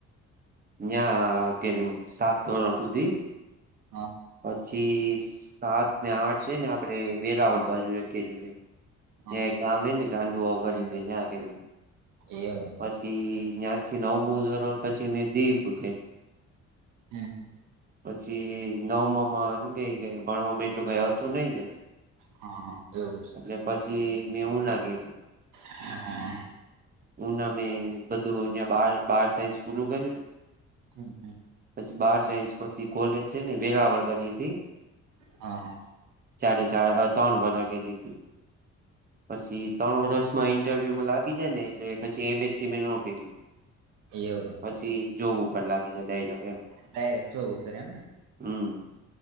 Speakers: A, on the right; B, on the right.
A: ન્યા કરું સાત સુધી.
B: હા, હા.
A: પછી સાત ને આઠ છે, ને આપણે વેરાવળ બાજુએ કે જોએ.
B: હા
A: ત્યાં એક ગમે ને ચાંદુ આવ કરીનેં કરું
B: એવું
A: પછી
B: હશે
A: ત્યાં થી નવમું ધોરણ પછી મેં દીવ કરુ
B: હમ હમ
A: પછી નવ માં એમ કે ભણવામાં એટલું કઈ હતું નઈ ને.
B: હા, હા એવું. હશે
A: એટલે પછી મેં હું લાગે.
B: હા, હા.
A: ઉનામે બધું બાર સાયન્સ પૂરું કર્યું.
B: હું, હું.
A: પછી બાર સાસ પછી કોલેજ છે ને વેગ વળ કરીધી.
B: હા હા.
A: ચાર ચાર તણ વર્ષ કરી. પછી ત્રણ વર્ષમાં ઈન્ટરવ્યુમાં લાગી જાય ને એટલે પછી એમએસસી મે નો કયરુ
B: એવું હશે
A: પછી <unintelligible>
B: ડાયરેક્ટ જોવું પડે એમ ને
A: હમ